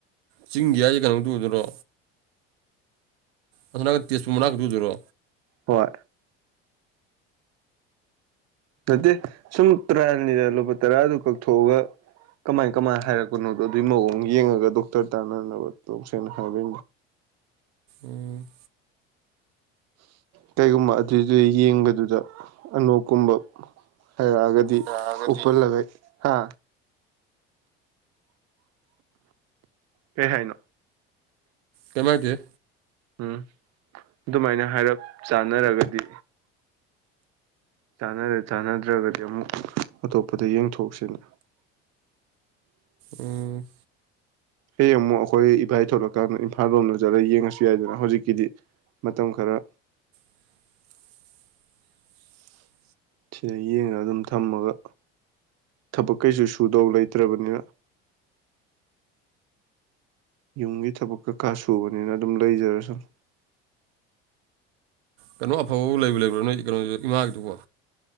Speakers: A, on the right; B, on the right.
A: ꯆꯤꯡꯒꯤ ꯍꯥꯏꯖꯦ ꯀꯩꯅꯣ ꯇꯨꯗꯨꯔꯣ ꯍꯟꯗꯛꯀꯤ ꯁꯨꯝꯔꯛ ꯑꯗꯨꯗꯨꯔꯣ
B: ꯍꯣꯏ ꯅꯠꯇꯦ ꯁꯨꯝ ꯇꯔꯥꯅꯤꯗ ꯂꯨꯄꯥ ꯇꯔꯥꯗꯨ ꯀꯛꯊꯣꯛꯑꯒ ꯀꯃꯥꯏ ꯀꯃꯥꯏꯅ ꯍꯥꯏꯔꯛꯄꯅꯣꯗꯣ ꯑꯗꯨꯒꯤ ꯃꯑꯣꯡ ꯌꯦꯡꯉꯒ ꯗꯣꯛꯇꯔ ꯇꯥꯅꯅꯕ ꯇꯧꯁꯦꯅ ꯍꯥꯏꯕꯤ꯫
A: ꯎꯝ
B: ꯀꯩꯒꯨꯝꯕ ꯑꯗꯨꯏꯗꯨ ꯌꯦꯡꯕꯗꯨꯗ ꯑꯅꯣꯛꯀꯨꯝꯕ ꯍꯥꯏꯩꯔꯛꯑꯒꯗꯤ꯫ ꯗꯤ
A: ꯌꯥꯔꯒꯗꯤ
B: ꯎꯞ ꯂꯩꯒ ꯍꯥ ꯀꯩ ꯍꯥꯏꯅꯣ
A: ꯀꯏꯝ ꯍꯥꯏꯗꯦꯍꯦ꯫
B: ꯎꯝ ꯑꯗꯨꯃꯥꯏꯅ ꯍꯥꯏꯔꯞ ꯆꯥꯅꯔꯒꯗꯤ꯫ ꯆꯥꯅꯔꯦ ꯆꯥꯟꯅꯗ꯭ꯔꯒꯗꯤ ꯑꯃꯨꯛ ꯑꯇꯣꯞꯄꯗ ꯌꯦꯡꯊꯣꯛꯁꯤꯅ꯫
A: ꯎꯝ
B: ꯍꯌꯦꯡ ꯑꯃꯨꯛ ꯑꯩꯈꯣꯏ ꯏꯕꯥꯏ ꯊꯣꯛꯂꯛꯀꯥꯟꯗ ꯏꯝꯐꯥꯜ ꯂꯣꯝꯗ ꯆꯠꯂꯒ ꯌꯦꯡꯉꯁꯨ ꯌꯥꯏꯗꯅ ꯍꯧꯖꯤꯛꯀꯤꯗꯤ ꯃꯇꯝ ꯈꯔ
A: <inaudible>
B: ꯁꯤꯗ ꯌꯦꯡꯉꯒ ꯑꯗꯨꯝ ꯊꯝꯃꯒ ꯊꯕꯛ ꯀꯩꯁꯨ ꯁꯨꯗꯧ ꯂꯩꯇ꯭ꯔꯕꯅꯤꯅ ꯌꯨꯝꯒꯤ ꯊꯕꯛ ꯀꯀꯥ ꯁꯨꯕꯅꯤꯅ ꯑꯗꯨꯝ ꯂꯩꯖꯔꯁꯅꯨ꯫
A: ꯀꯩꯅꯣ ꯑꯐꯕ ꯂꯩꯕ ꯂꯩꯕ꯭ꯔꯥ ꯅꯣꯏ ꯀꯩꯅꯣꯗꯨꯣ ꯏꯃꯥꯒꯤꯗꯨꯕꯣ꯫